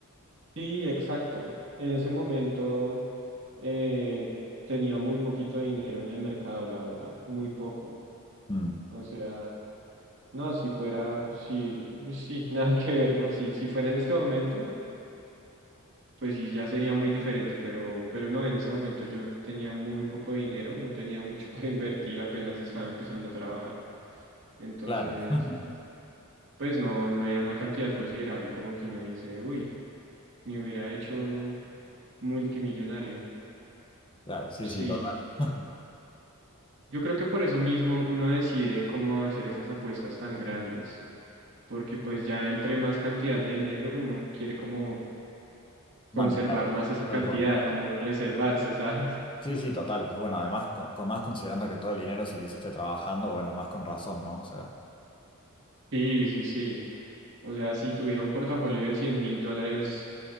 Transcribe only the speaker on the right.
Sí, exacto. En ese momento eh, tenía muy poquito dinero en el mercado, la verdad. Muy poco.
O sea, no, si fuera, sí, sí, <laughs> nada que ver, no, sí, si fuera en este momento. pues sí, ya sería muy diferente, pero, pero no, en ese momento yo tenía muy poco dinero, no tenía mucho <laughs> para invertir, apenas estaba empezando a trabajar. Entonces,
pues no, no era una cantidad considerable como que uno dice, uy, me hubiera hecho multimillonario.
Sí,
yo creo que por eso mismo uno decide cómo hacer esas apuestas tan grandes, porque pues ya entre más cantidad de dinero uno quiere como
conservar más esa cantidad,
como reservarse, ¿sabes?
Sí, sí, sí. O sea, si tuviera un portafolio de cien mil dólares,